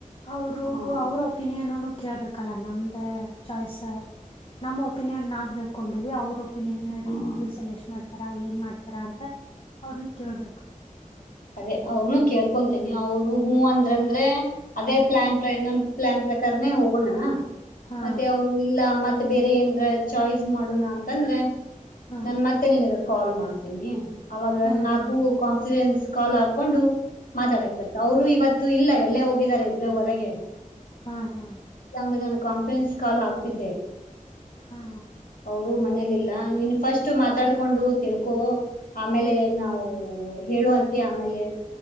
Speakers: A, on the left; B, on the left.
A: ಅವರು
B: ಹಾ
A: ಅವ್ರ ಒಪಿನಿಯನ್ನು ಕೇಳ್ಬಕು <unintelligible> ಲ್ಲ ನಮ್ದ ಚಾಯ್ಸ್ ನಮ ಒಪಿನಿಯನ್ ನಾವ್ ಹೇಳ್ಕೊಂಡಿವವಿ ಅವರು <unintelligible> ನ್ನೇ ರಿಂಗ್
B: ಆ
A: ಸಜೆಸ್ಟ್ ಮಾಡ್ತಾರ ಏನ್ ಮಾಡ್ತಾರಾ ಅಂತ ಅವ್ರನ್ನ ಕೇಳ್ಬೇಕು <unintelligible>
B: ಅದೇ ಅವ್ರನು ಕೇಳ್ಕೊಂತೀನಿ ಅವ್ರು ಹ್ಞೂ ಅಂದ್ರ ಅಂದ್ರೆ ಅದೇ ಪ್ಲಾನ್ ಪ್ರ ನಮ್ ಪ್ಲಾನ್ ಪ್ರಕಾರ <unintelligible> ಹೋಗೋಣ <unintelligible>
A: ಹಾ
B: ಮತ್ತೆ ಅವರು ಇಲ್ಲ ಮತ್ತೆ ಬೇರೆ ಏಂದ್ರ ಚಾಯ್ಸ್ ಮಾಡುಣ ಅಂತಂದ್ರೆ <unintelligible>
A: ಹಾ
B: ನನ್ ಮತ್ತೆ ನಿನ್ಗ ಕಾಲ್ ಮಾಡ್ತೀನಿ ಅವಾಗ
A: ಹ್ಮ್
B: ನಾಕು
A: ಹ್ಮ್
B: ಕಾನ್ಸಿಡೆನ್ಸ್ <unintelligible> ಕಾಲ್ ಹಾಕೊಂಡು ಮಾತಾಡಕ್ಕೆ
A: ಹ್ಮ್
B: ಬರ್ತಾರೆ ಅವರು ಇವತ್ತು ಇಲ್ಲ ಎಲ್ಲೇ ಹೋಗಿದ್ದಾರೆ ಇಬ್ರ ಹೊರಗೆ <unintelligible>
A: ಹಾ
B: <unintelligible>
A: ಹಾ
B: ಚಂದ ಜನ ಕಾನ್ಫರೆನ್ಸ್ ಕಾಲ್ ಹಾಕ <unintelligible> ಇದ್ದೆ <unintelligible>
A: ಹಾ
B: ಅವರು ಮನೇೆಯಲ್ಲಿಲ್ಲ <unintelligible> ನೀನ್ ಫಸ್ಟ್ ಮಾತಾಡ್ಕೊಂಡು ತಿಳ್ಕೋ ಆಮೇಲೆ ನಾವು <unintelligible> ಹೇಳುವಂತಿ ಆಮೇಲೆ